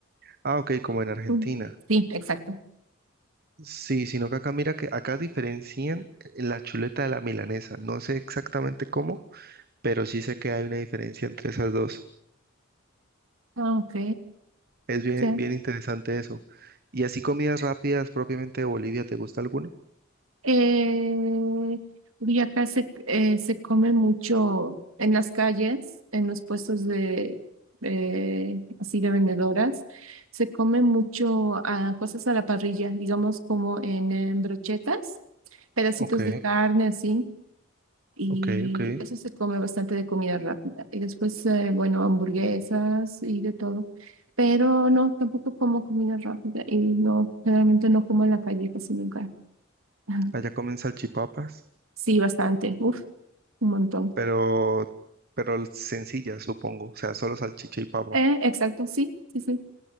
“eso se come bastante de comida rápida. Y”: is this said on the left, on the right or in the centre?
Right